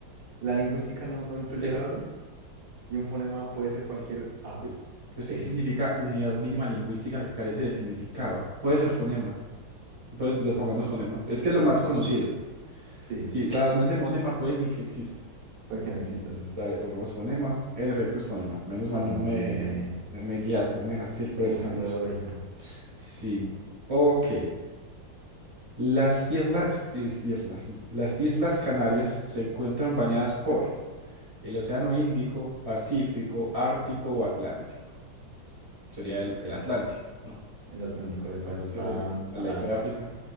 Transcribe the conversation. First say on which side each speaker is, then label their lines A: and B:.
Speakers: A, on the right; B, on the right.
A: la lingüística no, no incluye
B: Es,
A: el habla y un fonema
B: sí,
A: puede ser cualquier A,
B: eh, pues, sí,
A: E.
B: ¿qué significa unidad mínima lingüística que carece de significado? Puede ser fonema. Pues le pongamos
A: pues,
B: fonema. Es que es lo más
A: va.
B: conocido.
A: Sí,
B: Sí, realmente monema puede ni que exista.
A: puede que no exista, sí, sí.
B: Dale, pongamos fonema. En efecto, es fonema. Menos mal
A: Fonema,
B: no me,
A: bien,
B: dejé-
A: bien.
B: me guiaste, no me dejaste ir por el
A: Funcionó
B: camino oscuro.
A: la lógica.
B: Sí. Ok. Las islas, is- islas, las Islas Canarias se encuentran bañadas por el Océano Índico, Pacífico, Ártico o Atlántico. Sería el,
A: Ok.
B: el Atlántico, ¿no?
A: El Atlántico, epa, eso está
B: Es el,
A: a
B: el ladito
A: la
B: de África,